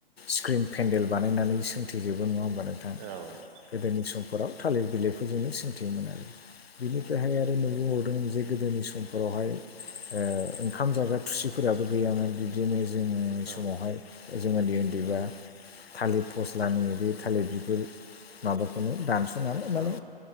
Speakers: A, on the left; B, on the right.
A: स्क्रिन पेन्देल बानायनानै सोंथेजोबो नङा होनबा नोंथां।
B: औ।
A: गोदोनि समफोराव थालिर बिलाइफोरजोंनो सोंथियोमोन आरो। बिनिफ्रायहाय आरो नुबोबावदों जे गोदोनि समफोरावहाय ओ ओंखाम जाग्रा थुसिफोराबो गैयामोन दि बिदिनो जोंनि
B: औ
A: समावहाय जों उन्दै उन्दैबा
B: औ
A: थालिर फस्लानि बे थालिर बिगुर माबाखौनो दानस'नानै
B: औ
A: माने